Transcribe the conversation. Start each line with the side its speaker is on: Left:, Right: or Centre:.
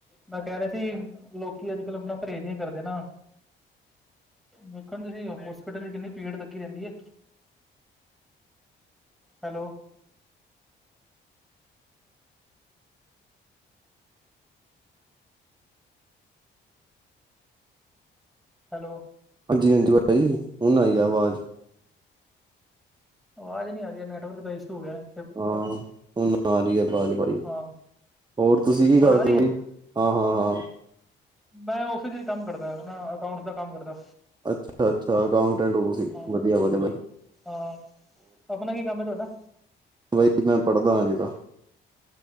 Centre: ਮੈਂ ਕਹਿ ਰਿਹਾ ਸੀ ਲੋਕੀ ਅੱਜ ਕੱਲ ਆਪਣਾ ਪਰਹੇਜ਼ ਨਹੀਂ ਕਰਦੇ ਨਾ। ਵੇਖਣ ਤੁਸੀਂ ਹੋਸਪਿਟਲ ਦੀ ਕਿੰਨੀ ਪੀੜ ਤੱਕੀ ਰਹਿੰਦੀ ਹੈ। Hello hello.
Right: ਹਾਂਜੀ -ਹਾਂਜੀ ਭਾ ਜੀ ਹੁਣ ਆਈ ਆਵਾਜ਼।
Centre: ਆਵਾਜ਼ ਨ ਨਹੀਂ ਆਹੀ ਹੈ ਨੈਟਵਰਕ ਦਾ ਇਸ਼ੂ ਹੈਗਾ।
Right: ਹਾਂ ਉਹੁ ਨਾ ਜ ਹੀ ਆ ਬਾਜ ਭਾਈ
Centre: ਹਾਂ
Right: ਹੋਰ ਤੁਸੀਂ ਕੀ ਕਰਦੇ
Centre: ਹੁਣ ਆ ਰਹੀ
Right: ਹੋ
Centre: ਹੈ
Right: ਭਾਈ ਹਾਂ- ਹਾਂ, ਹਾਂ।
Centre: ਮੈਂ ਫਿਸ ਵਿਚ ਕੰਮ ਕਰਦਾ ਅਕਾਊਂਟਸ ਦਾ ਕੰਮ ਕਰਦਾ
Right: ਅੱਛਾ- ਅੱਛਾ ਅਕਾਊਂਟੈਂਟ ਉਹ ਸੀ
Centre: ਹਾਂ
Right: ਵਧੀਆ -
Centre: ਹਾਂ ਆਪਣਾ ਕੀ ਕੰਮ ਤੁਹਾਡਾ
Right: ਬਾਈ ਮੈਂ ਪੜ੍ਹਦਾ ਹਜੇ ਤਾਂ